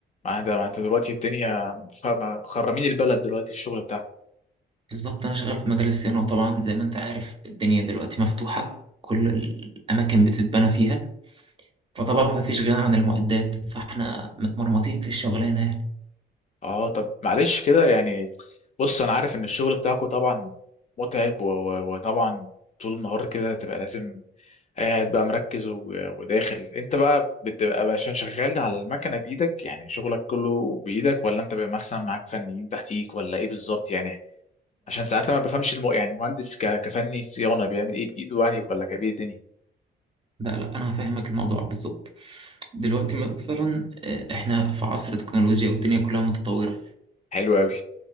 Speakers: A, on the left; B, on the right.
A: ما انت ما انت دلوقتي الدنيا خ- ما- خرمين البلد دلوقتي الشغل بتاعك
B: بالظبط انا شغال في مجال الصيانه طبعا زي ما انت عارف الدنيا دلوقتي مفتوحه كل الاماكن بتتبنى فيها فطبعا ما فيش غنى عن المعدات فاحنا متمرمطين في الشغلانه يعني
A: اه طب معلش كده يعني بص انا عارف ان الشغل بتاعكو طبعا متعب و- و- وطبعا طول النهار كده تبقى لازم قاعد بقى مركز و- وداخل انت بقى بتبقى عشان شغال على المكنه بايدك يعني شغلك كله بايدك ولا انت بيبقى مثلا معاك فنيين تحتيك ولا ايه بالظبط يعني عشان ساعات لما بفهمش الم... يعني المهندس ك... كفني صيانه بيعمل ايه بايده يعني ولا كبير الدنيا
B: لا لا انا هفهمك الموضوع بالظبط دلوقتي مثلا آه، احنا في عصر تكنولوجيا والدنيا كلها متطوره
A: حلو قوي